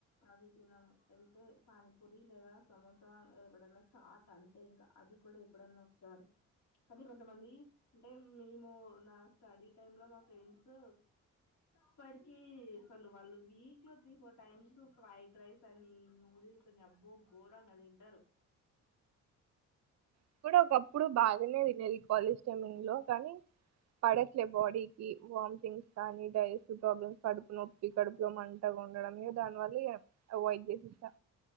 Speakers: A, on the left; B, on the right.
A: అది తిన్నాము తింటే పానీపూరి లేదా సమోసా ఎప్పుడన్నా చాట్ అంతే ఇంకా అది కూడా ఎప్పుడన్నా ఒకసారి అనీ కొంతమంది అంటే మేము నా స్టడీ టైమ్ లో మా ఫ్రెండ్స్ ఇప్పటికి అసలు వాళ్ళు వీక్ లో three four times fried rice అని నూడిల్స్ అని అబ్బో ఘోరంగా తింటారు
B: ఇప్పుడ ఒకప్పుడు బాగానే తినేది కాలేజ్ టైమింగ్ లో కానీ పడట్లేలే బాడీకి వ స్ కానీ డైజెస్టివ్ ప్రాబ్లమ్స్ కడుపు నొప్పి కడుపులో మంటగా ఉండడం దాని వల్ల అవాయిడ్ చేసేసా